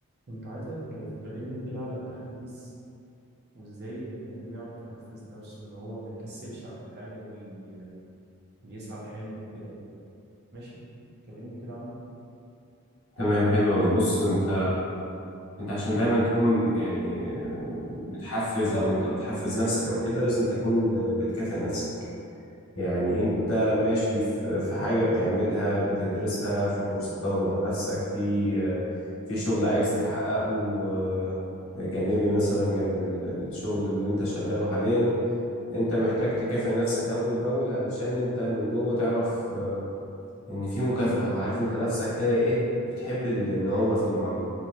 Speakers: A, on the right; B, on the left.
A: كنت عايزك تكلمني كده على التحفيز وازاي البني آدم يعرف يحفز نفسه ان هو ما يكسلش عن الحاجة وي- ويسعى لحلمه وكده ماشي كلمني كده عنه
B: تمام حلو أوي بص انت انت عشان دايما تكون يعني آه، متحفز او انت بتحفز نفسك او كده لازم تكون آه، بتكافئ نفسك يعني انت ماشي في في حاجة بتعملها بتدرسها في كورس بتاخده مع نفسك في آه، في شغل عايز تحققه آه، جانبي مثلا جنب ال- الشغل اللي انت شغاله حاليا انت محتاج تكافئ نفسك اول باول علشان انت من جوه تعرف ان في مكافأة وعارف انت نفسك كده ايه بتحب ال- النعومة في المعاملة